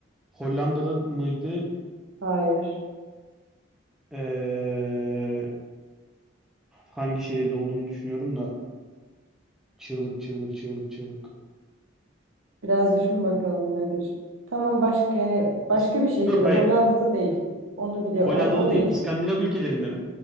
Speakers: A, in the centre; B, on the right.
A: Hollanda'da mıydı?
B: Hayır.
A: E, hangi şehirde olduğunu düşünüyorum da çığlık çığlık çığlık çığlık.
B: Biraz düşün bakalım nedir? Tamam başka yani başka
A: İs-
B: bir şehirde.
A: Dur hayır.
B: Hollanda'da değil. Onu biliyor.
A: Hollanda'da
B: O değil.
A: değil. İskandinav ülkelerinde mi?